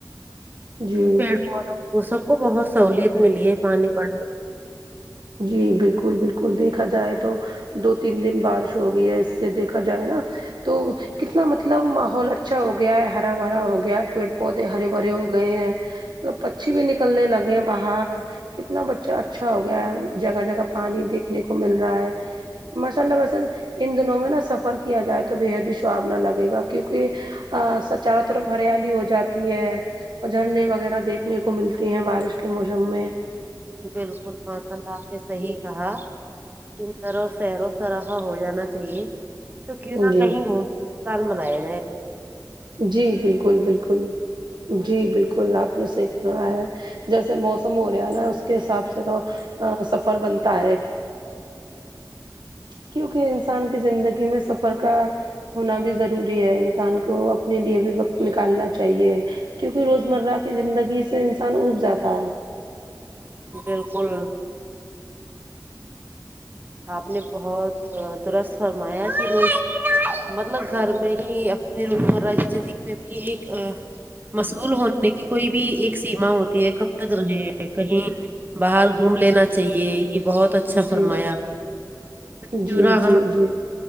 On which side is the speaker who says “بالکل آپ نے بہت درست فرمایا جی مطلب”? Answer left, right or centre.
Right